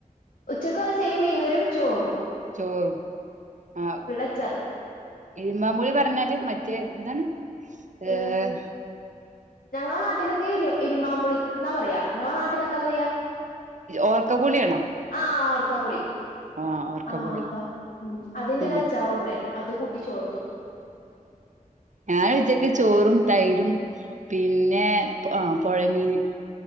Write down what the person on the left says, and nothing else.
ഉച്ചക്കസെയിം മീൻകറിചോറും
അച്ചാറ്
ഉ ഞങ്ങളെ നാട്ടിലൊക്കെ ഇരു ഇരുമ്പമ്പുളി ന്നാ പറയാ നിങ്ങളെ നാട്ടിൽ എന്താ പറയാ
ആ ഓർക്‌ ഓർകാപുളി
ആഹ അതാ ഉ അതിന്റെ
ഒരു അച്ചാറും ഉണ്ടായിരുന്നു അത് കൂട്ടി ചോർ തിന്നു